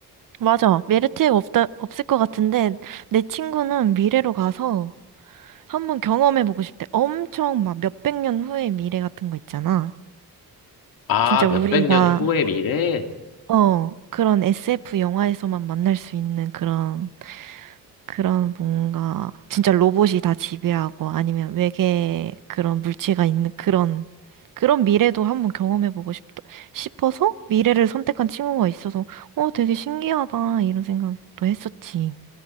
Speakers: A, on the right; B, on the left.
A: 맞아. 메리트가 없다, 없을 것 같은데, 내 친구는 미래로 가서 한번 경험해보고 싶대. 엄청 막 몇백 년 후의 미래 같은 거 있잖아.
B: 아,
A: 진짜 우리가,
B: 몇백 년 후의 미래?
A: 어, 그런 SF 영화에서만 만날 수 있는 그런 그런 뭔가 진짜 로봇이 다 지배하고 아니면 외계 그런 물체가 있는 그런 그런 미래도 한번 경험해보고 싶, 싶어서 미래를 선택한 친구가 있어서 어 되게 신기하다 이런 생각도 했었지.